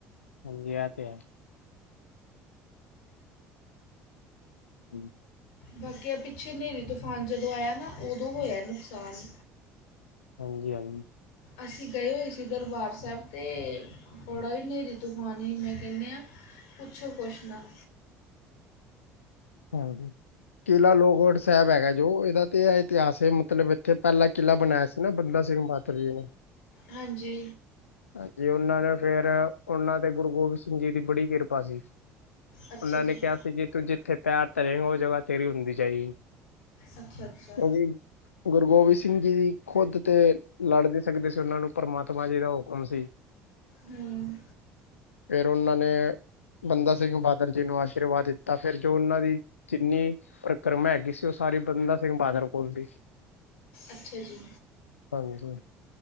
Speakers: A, on the left; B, on the left.
A: ਹਾਂਜੀੇ ਐ ਤੇ ਹੈ। ਹੂੰ।
B: ਬਾਕੀ ਆ ਪਿੱਛੇ ਨੇਰੀ-ਤੂਫਾਨ ਜਦੋਂ ਆਯਾ ਨਾ ਓਦੋਂ ਹੋਇਆ ਨੁਕਸਾਨ।
A: ਹਾਂਜੀ ਹਾਂਜ
B: ਅਸੀਂ ਗਏ ਹੋਏ ਸੀ ਦਰਬਾਰ ਸੈਬ। ਤੇ, ਬੜਾ ਈ ਨੇਰੀ-ਤੁਫਾਨ ਐ ਮੈਂ ਕੈਨੀ ਆ ਪੁੱਛੋ ਕੁੱਛ ਨਾ।
A: ਹਾਂਜੀ। ਕਿਲ੍ਹਾ ਲੋਹਗੜ੍ਹ ਸੈਬ ਹੈਗਾ ਜੋ ਇਦਾ ਤੇ ਐਹ ਇਤਿਹਾਸ ਐ ਮਤਲਬ ਇੱਥੇ ਪੈਲਾ ਕਿਲ੍ਹਾ ਬਣਾਇਆ ਸ ਨਾ ਬੰਦਾ ਸਿੰਘ ਬਹਾਤਰ ਜੀ ਨੇ
B: ਹਾਂਜੀ।
A: ਹਾਂਜੀ ਉਨਾਂ ਨੇ ਫੇਰ ਉਨਾਂ ਦੇ ਗੁਰੂ ਗੋਬਿੰਦ ਸਿੰਘ ਜੀ ਦੀ ਬੜੀ ਕਿਰਪਾ ਸੀ।
B: ਅੱਛਾ
A: ਉਨਾਂ
B: ਜੀ
A: ਨੇ ਕਿਹਾ ਸੀ ਕਿ ਤੂੰ ਜਿੱਥੇ ਪੈਰ ਧਰੇ ਓ ਜਗ੍ਹਾ ਤੇਰੀ ਹੁੰਦੀ ਜਾਏਗੀ
B: ਅੱਛਾ ਅੱਛਾ
A: ਕਿਉਂਕਿ ਗੁਰੂ ਗੋਬਿੰਦ ਸਿੰਘ ਜੀ ਖੁਦ ਤੇ ਲੜ ਨੀ ਸਕਦੇ ਸੀ ਉਹਨਾਂ ਨੂੰ ਪ੍ਰਮਾਤਮਾ ਜੀ ਦਾ ਹੁਕਮ ਸੀ।
B: ਹੂੰ
A: ਫੇਰ ਓਨਾਂ ਨੇ ਬੰਦਾ ਸਿੰਘ ਬਾਹਾਦਰ ਜੀ ਨੂੰ ਆਸ਼ੀਰਵਾਦ ਦਿੱਤਾ ਫੇਰ ਜੋ ਉਨਾਂ ਦੀ ਜਿੰਨੀ ਪਰ ਕਰਮਾ ਹੈਗੀ ਸੀ ਓ ਸਾਰੀ ਬੰਦਾ ਸਿੰਘ ਬਾਹਾਦਰ ਕੋਲ ਸੀ।
B: ਅੱਛਾ ਜੀ।
A: ਹਾਂਜੀ।